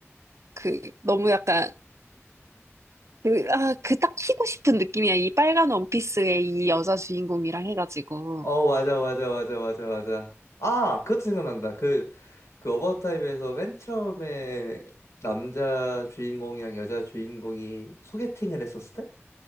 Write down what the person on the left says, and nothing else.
어, 맞아, 맞아, 맞아, 맞아, 맞아. 아, 그것도 생각난다. 그, 그 어바웃 타임에서 맨 처음에 남자 주인공이랑 여자 주인공이 소개팅을 했었을 때?